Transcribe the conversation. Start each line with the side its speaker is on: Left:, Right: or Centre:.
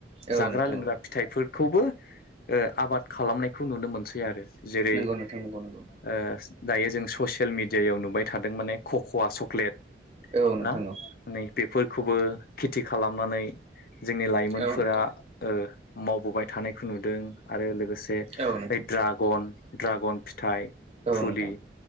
Right: औ
Left: जाग्रा
Right: नोंथां
Left: लोंग्रा
Right: औ
Left: फिथाइफोरखौबो ओ आबाद खालामनायखौ नुनो मोनसै आरो जेरै
Right: नंगौ
Left: ओ
Right: नोंथां नंगौ नंगौ
Left: दायो जों ससियेल मिडियायाव नुबाय थादों माने कक'वा चक्लेट
Right: औ नोंथां
Left: ना
Right: औ
Left: नै बेफोरखौबो खेथि खालामनानै जोंनि लाइमोनफोरा
Right: औ नोंथां
Left: ओ मावबोबाय थानायखौ नुदों आरो लोगोसे
Right: औ नोंथां
Left: ओइ ड्रागन ड्रागन फिथाइ
Right: औ
Left: फुलि
Right: नोंथां औ नोंथां औ नोंथां